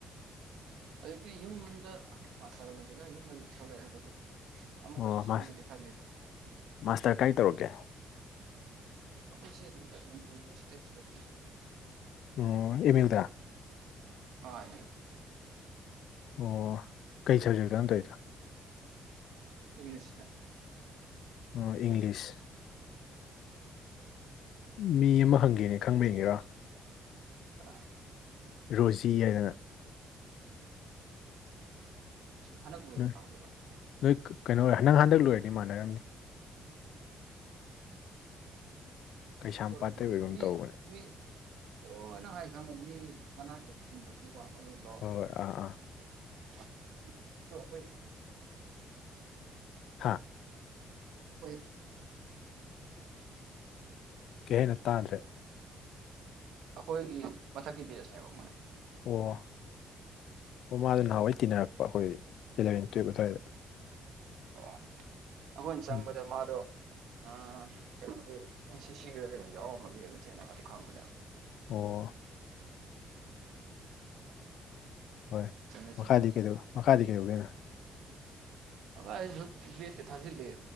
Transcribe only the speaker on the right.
ꯍꯧꯖꯤꯛꯇꯤ ꯌꯨꯝꯗ ꯃꯥꯇꯔ ꯂꯣꯢꯁꯤꯂ ꯌꯨꯝꯗ ꯊꯣꯛꯂꯛꯑꯦ ꯑꯗꯨꯒ ꯑꯃꯨꯛꯀꯁꯨ
ꯆꯪꯒꯦꯗꯤ
ꯈꯜꯂꯤ
ꯑꯈꯣꯢ ꯁꯤ ꯑꯗꯨꯝ ꯃꯅꯤꯄꯨꯔ ꯌꯨꯅꯤꯚꯔꯁꯤꯇꯤ <unintelligible>
ꯍꯣꯏ
ꯏꯪꯂꯤꯁꯇ
ꯀꯅꯥ
ꯍꯟꯗꯛ ꯂꯣꯏꯕ
ꯀꯥꯡꯕꯨꯔꯣ
<unintelligible>
ꯃꯤ
ꯃꯤ ꯑꯣ ꯅꯪ ꯍꯥꯏ ꯈꯪꯉꯦ ꯃꯤ ꯃꯅꯥ ꯈꯤꯇꯪ ꯐꯟꯕ <unintelligible> ꯃꯤ ꯋꯥꯡꯕ ꯑꯃ ꯆꯥꯎꯕ
ꯑꯗꯣ ꯍꯣꯏ
ꯍꯣꯏ
ꯑꯈꯣꯏꯒꯤ ꯃꯊꯛꯀꯤ ꯕꯦꯖꯅꯦꯕ ꯃꯣꯏꯅ
ꯑꯣ ꯑꯈꯣꯏꯅ ꯆꯪꯕꯗ
ꯃꯥꯗꯣ ꯑꯥ ꯀꯩꯅꯣꯒꯤ ꯑꯦꯟ ꯁꯤ ꯁꯤꯒꯤꯔ ꯀꯩꯅꯣ ꯌꯥꯎꯔꯝꯕꯒꯤ ꯑꯗꯨ ꯊꯦꯡꯅꯕꯅꯤ ꯑꯗꯨ ꯈꯪꯕꯅꯦꯕ
ꯆꯨꯝꯃꯦ ꯆꯨꯝꯃꯦ
ꯑꯚ ꯑꯩꯁꯨ ꯕꯦꯠꯇꯤ ꯊꯥꯖꯤꯜꯂꯤ